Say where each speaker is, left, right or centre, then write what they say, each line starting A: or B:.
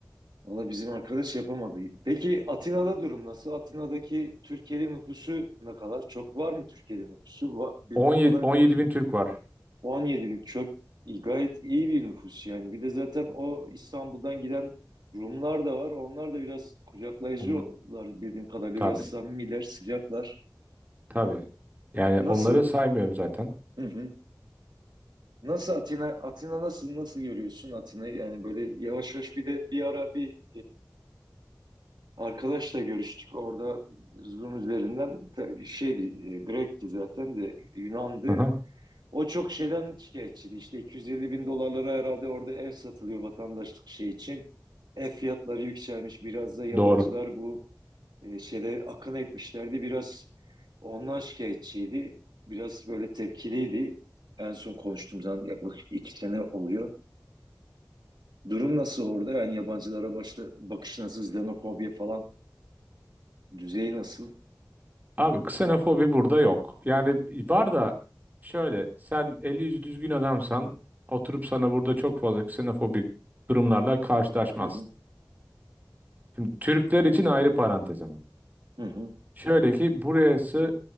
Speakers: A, on the right (about 75°); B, on the right (about 25°).
A: Valla bizim arkadaş yapamadı. Peki Atina'da durum nasıl? Atina'daki Türkiye'li nüfusu ne kadar? Çok var mı Türkiye'li nüfusu? Va- bildiğim
B: 17
A: kadarıyla
B: 17 bin Türk var.
A: 17 bin çok iyi- gayet iyi bir nüfus yani. Bir de zaten o İstanbul'dan giden Rumlar da var. Onlar da biraz kucaklayıcılar
B: Onu,
A: bildiğim kadarıyla.
B: tabii
A: Biraz samimiler, sıcaklar.
B: tabii. Yani
A: Nasıl?
B: onları saymıyorum zaten.
A: Hı hı. Nasıl Atina? Atina nasıl? Nasıl görüyorsun Atina'yı? Yani böyle yavaş yavaş bir de bir ara bir Arkadaşla görüştük orada Zoom üzerinden Ta- şeydi e, Grek'ti zaten de Yunan'dı.
B: Hı hı.
A: O çok şeyden şikayetçiydi. İşte 250 bin dolarlara herhalde orada ev satılıyor vatandaşlık şey için. Ev fiyatları yükselmiş. Biraz da yabancılar
B: Doğru.
A: bu e, şeyde akın etmişlerdi. Biraz ondan şikayetçiydi. Biraz böyle tepkiliydi. En son konuştuğumuz zaman yaklaşık iki sene oluyor. Durum nasıl orada? Yani yabancılara başta bakış nasıl, xenofobiya falan düzeyi nasıl?
B: Abi ksenofobi burada yok. Yani var da şöyle sen eli yüzü düzgün adamsan oturup sana burada çok fazla ksenofobik durumlarla karşılaşmazsın.
A: Hı hı.
B: Şimdi Türkler için ayrı parantez ama.
A: Hı hı,
B: Şöyle ki burası